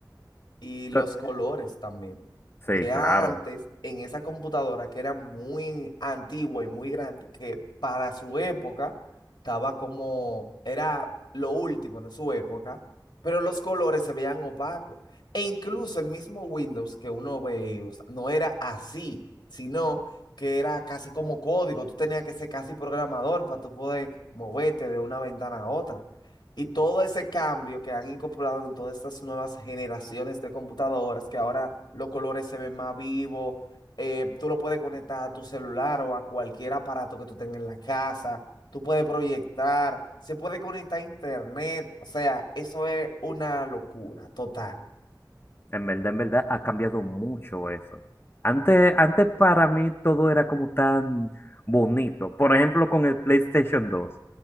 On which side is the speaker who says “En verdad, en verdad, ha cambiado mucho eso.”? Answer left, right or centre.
Left